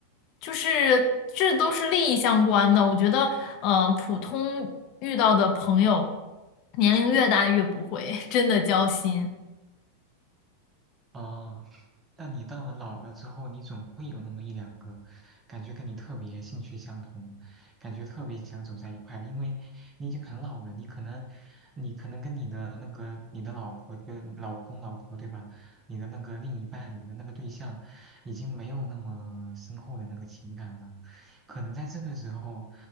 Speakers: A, on the left; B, on the right.
A: 就是这都是利益相关的。我觉得，嗯、普通遇到的朋友，年龄越大越不会真的交心。
B: 啊，但你到了老了之后，你总会有那么一两个，感觉跟你特别兴趣相同，感觉特别想走在一块的，因为你已经很老了，你可能，你可能跟你的那个你的老婆跟老公老婆对吧，你的那个另一半，你的那个对象，已经没有那么深厚的那个情感了，可能在这个时候，